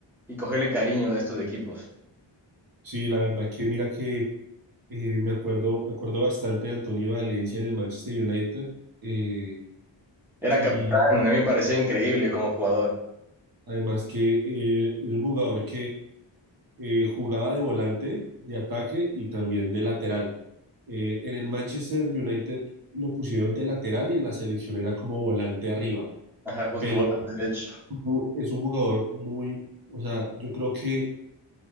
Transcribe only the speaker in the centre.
y cogerle cariño a estos equipos.
Era
capitán,
a mí me parecía increíble como jugador.
Ajá, justo
volante derecho.